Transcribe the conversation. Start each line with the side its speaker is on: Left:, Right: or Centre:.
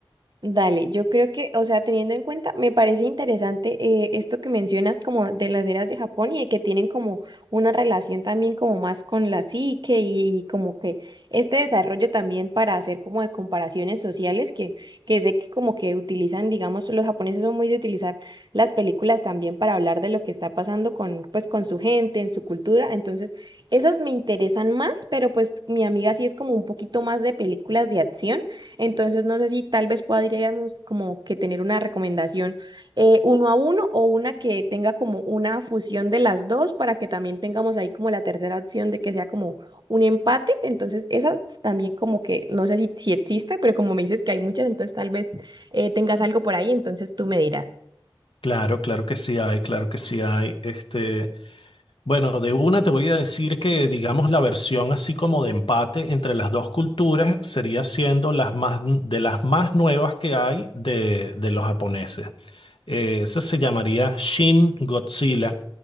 Right: Dale, yo creo que, o sea, teniendo en cuenta, me parece interesante eh, esto que mencionas como de las eras de Japón y de que tienen como una relación también como más con la psique y, y como que este desarrollo también para hacer como de comparaciones sociales que, que sé que como que utilizan, digamos, los japoneses son muy de utilizar las películas también para hablar de lo que está pasando con, pues, con su gente, en su cultura. Entonces, esas me interesan más, pero pues mi amiga sí es como un poquito más de películas de acción. Entonces, no sé si tal vez podríamos como que tener una recomendación eh, uno a uno o una que tenga como una fusión de las dos para que también tengamos ahí como la tercera opción de que sea como un empate. Entonces, esa pues, también como que no sé si, si existe, pero como me dices que hay muchas, entonces tal vez eh, tengas algo por ahí, entonces tú me dirás.
Left: Claro, claro que sí hay, claro que sí hay. Este, bueno, de una te voy a decir que, digamos, la versión así como de empate entre las dos culturas sería siendo las más, de las más nuevas que hay de, de los japoneses. Eh, esa se llamaría Shin Godzilla.